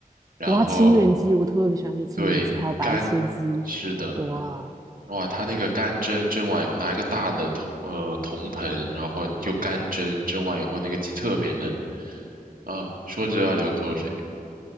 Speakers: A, on the right (about 65°); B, on the right (about 25°).
A: 然后
B: 哇，清远鸡，我特别喜欢吃清远鸡，
A: 对干，
B: 还有白切鸡，
A: 是的，
B: 哇，
A: 哇，他那个干蒸蒸完以后，拿一个大的铜呃铜盆，然后就干蒸，蒸完以后那个鸡特别嫩啊，说着要流口水。